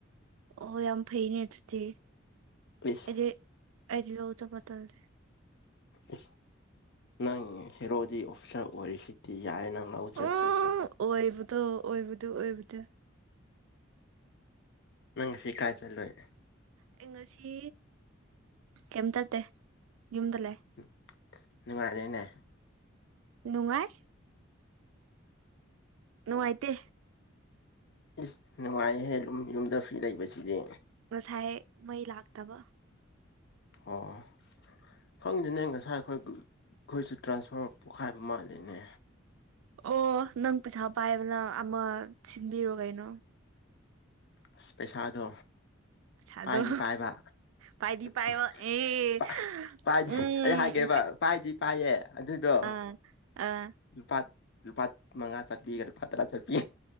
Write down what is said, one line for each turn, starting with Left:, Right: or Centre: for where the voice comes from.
Right: ꯑꯣ ꯌꯥꯝ ꯐꯩꯅꯦ ꯑꯗꯨꯗꯤ
Left: ꯏꯁ
Right: ꯑꯩꯗꯤ ꯑꯩꯗꯤ ꯂꯧ ꯆꯠꯄ ꯇꯜꯂꯤ
Left: ꯏꯁ ꯅꯪ ꯍꯦꯔꯣꯗꯤ ꯑꯣꯐꯤꯁꯥꯔ ꯑꯣꯏꯔꯤꯁꯤꯗꯤ ꯌꯥꯔꯦ ꯅꯪ ꯂꯧ ꯆꯠꯇ꯭ꯔꯁꯨ
Right: ꯎꯝ ꯑꯣꯏꯕꯗꯣ ꯑꯣꯏꯕꯗꯣ ꯑꯣꯏꯕꯗꯣ
Left: ꯅꯪ ꯉꯁꯤ ꯀꯥꯏ ꯆꯠꯂꯨꯏ
Right: ꯑꯩ ꯉꯁꯤ ꯀꯩꯝ ꯆꯠꯇꯦ ꯌꯨꯝꯗ ꯂꯩ
Left: ꯑꯦ ꯅꯨꯡꯉꯥꯏꯔꯦꯅꯦ
Right: ꯅꯨꯡꯉꯥꯏ ꯅꯨꯡꯉꯥꯏꯇꯦ
Left: ꯏꯁ ꯅꯨꯡꯉꯥꯏꯍꯦ ꯌꯨꯝ ꯌꯨꯝꯗ ꯐ꯭ꯔꯤ ꯂꯩꯕꯁꯤꯗꯤ
Right: ꯉꯁꯥꯏ ꯃꯩ ꯂꯥꯛꯇꯕ
Left: ꯑꯣ ꯈꯪꯗꯦꯅꯦ ꯉꯁꯥꯏ ꯑꯩꯈꯣꯏ ꯑꯩꯈꯣꯏꯁꯨ ꯇ꯭ꯔꯥꯟꯁꯐꯣꯔꯃꯔ ꯄꯣꯛꯈꯥꯏꯕ ꯃꯥꯜꯂꯤꯅꯦ
Right: ꯑꯣ ꯅꯪ ꯄꯩꯁꯥ ꯄꯥꯏꯕꯗꯣ ꯑꯃ ꯁꯤꯟꯗꯣꯛꯎꯔꯣ ꯀꯩꯅꯣ
Left: ꯑꯁ ꯄꯩꯁꯥꯗꯣ
Right: ꯄꯩꯁꯥꯗꯣ
Left: ꯄꯥꯏꯗꯤ ꯄꯥꯏꯕ
Right: ꯄꯥꯏꯗꯤ ꯄꯥꯏꯕ
Left: <unintelligible>
Right: ꯑꯦ
Left: ꯄꯥꯏꯗꯤ
Right: ꯎꯝ
Left: ꯑꯩ ꯍꯥꯏꯒꯦꯕ
Right: ꯇꯤ
Left: ꯄꯥꯏꯗꯤ ꯄꯥꯏꯌꯦ ꯑꯗꯨꯏꯗꯣ
Right: ꯑꯥ ꯑꯥ
Left: ꯂꯨꯄꯥ ꯂꯨꯄꯥ ꯃꯉꯥ ꯆꯠꯄꯤꯒ ꯂꯨꯄꯥ ꯇꯔꯥ ꯆꯠ ꯄꯤ